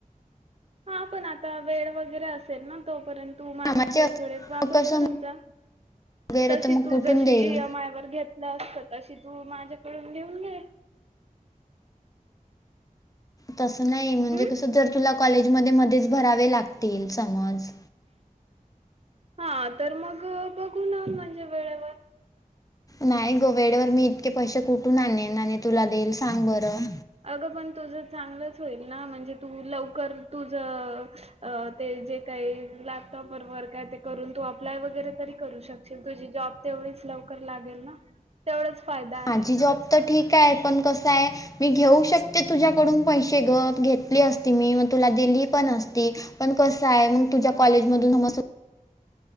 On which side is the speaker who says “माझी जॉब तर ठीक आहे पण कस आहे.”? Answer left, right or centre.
Left